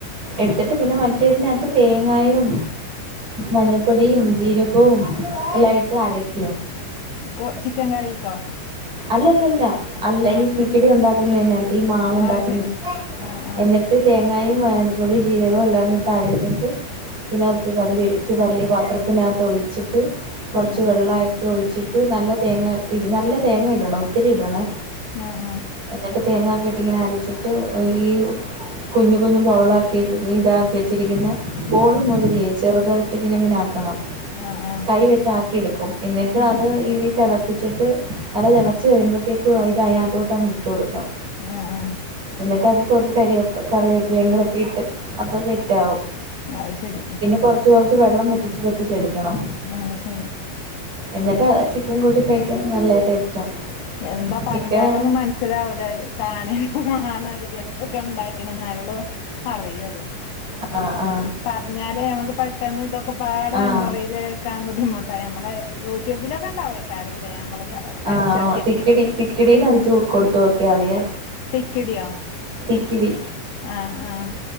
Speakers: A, on the right (about 40°); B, on the left (about 85°).
A: എടുത്തിട്ട് പിന്നെ മറ്റേതിനകത്ത് തേങ്ങായും മഞ്ഞപ്പൊടിയും ജീരകവും എല്ലാംയിട്ട് അരക്കും
B: കൊ ചിക്കൻ കറീക്കോ
A: അല്ലല്ലല്ല അല്ല
B: ആഹ്
A: ഈ തിക്കിടി ഉണ്ടാക്കുന്നെക ത്ത് ഈ മാവ് ഉണ്ടാക്കുന്ന
B: അത് ശരി ആഹ് ആഹ്
A: എന്നിട്ട് തേങ്ങായും <inaudible> പൊടിി ജീരകവും എല്ലാം ഇട്ട് അരച്ചിട്ട് പിന്നെ അത് വലിയരി വലിയ പത്രത്തിനകത്ത് ഒഴിച്ചിട്ട് കുറച്ച്
B: ആഹ്
A: വെള്ളമായിട്ട് ഒഴിച്ചിട്ട് നല്ല തേങ്ങതിരി നല്ല തേങ്ങ ഇടണ ഒത്തിരി ഇടണേ
B: ആഹ് ആഹ്
A: എന്നിട്ട് തേങ്ങക്കെ ഇട്ടി ഇങ്ങനെ അരച്ചിട്ട് ഈ കുഞ്ഞു കുഞ്ഞു ബൗളാ ക്കി ഇതാക്കി വെച്ചിരിക്കുന്ന ബോൾ മാതിരി
B: ഉം
A: ചെറുതായിട്ട ഇങ്ങനെങ്ങനെ ആ,, ക്കണം
B: ആഹ് ആഹ്
A: കൈ വെച്ചാക്കിെടുക്കും എന്നിട്ട്
B: ഉം
A: അത് ഇഈ തിളപ്പിച്ചിട്ട് നല്ല തിളച്ചു വരുമ്പോഴേക്കും ഇത് അതിനകത്തോട്ട് അങ് ഇട്ട് കൊടുക്കണം
B: ആഹ് ആഹ്
A: എന്നിട്ട് അതി കുറച്ച് കറിവ കറിവേപ്പിലേയും കൂടെ ഒക്കെ ഇട്ട് അപ്പം സെറ്റകും.
B: അത് ശരിയ
A: കുറച്ച് കുറച്ച് വെള്ളം പറ്റിച്ച് പറ്റിെടുക്കണം
B: ആഹ് ശരി
A: എന്നിട്ടാ ചിക്കൻ കൂട്ടി കഴിക്കൻ നല്ല ടേസ്റ്റാ
B: എന്താ പറഞ്ഞാലൊന്നും
A: ചിക്കനാണ്
B: മനസ്സിലാവലോ കാണും ആണ ഒരു ദിവസം ഒക്കെ ഉണ്ടാക്കണം നല്ലൊളം അറിയുള്ളു
A: ആ ആ
B: പറഞ്ഞല് നമക്ക് പെട്ടെന്ന് ഇതൊക്കെ പാട്
A: ആ
B: മെമ്മറിയില് ക്കാൻ ബുദ്ധിമുട്ട് നഞമ്മള് യൂട്യൂബിലൊക്കെണ്ടാവേക്കാറല്ലേ നമ്മള്
A: ആഹ്
B: അടിച്ചോ
A: തിക്കിടി തിക്കിടിന്ന്ടിച്ച് കൊടുത്തു നോക്കതിയേ
B: തിക്കിടിയോ
A: തിക്കിടി
B: ആഹ് ആഹ്